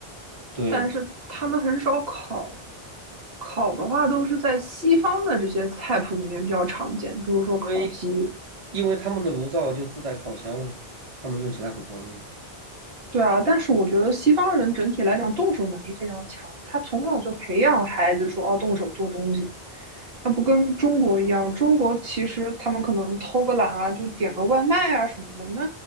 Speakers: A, on the right; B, on the right.
A: 对，
B: 但是他们很少烤。烤的话都是在西方的这些菜谱里面比较常见，比如说烤鸡，
A: 因为因为他们的炉灶就自带烤箱，他们用起来很方便。
B: 对啊，但是我觉得西方人整体来讲动手能力非常强，他从小就培养孩子说哦动手做东西，他不跟中国一样，中国其实他们可能偷个懒啊，就点个外卖啊什么的，那